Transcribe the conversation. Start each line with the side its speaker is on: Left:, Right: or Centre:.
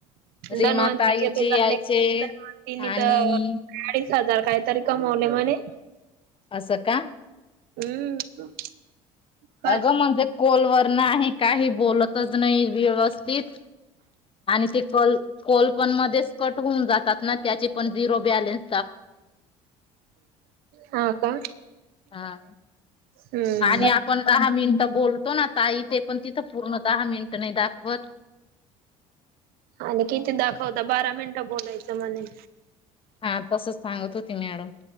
Left: रीमााताईचे
Right: धनवंतीचे तर झाले
Left: यायचे
Right: धनवंतीनी
Left: आणि
Right: तर अडीच हजार काहीतरी कमवणे म्हणे.
Left: असं का.
Right: हम्म. काय
Left: अगं म्हणजे कॉलवर नाही काही बोलतच नाही व्यवस्थित आणि ते कॉल मध्येच कट होऊन जातात. ना त्याची पण झिरो बॅलेन्स
Right: हा का.
Left: हा.
Right: हम्म
Left: आणि आपण दहा मिनिटं बोलतो ना ताई ते पण तिथं पूर्ण दहा मिनिट नाही दाख वत.
Right: आणि किती दाखवता बारा मिनटं बोलायचं म्हणे
Left: हा तसच सांगत होती मॅडम.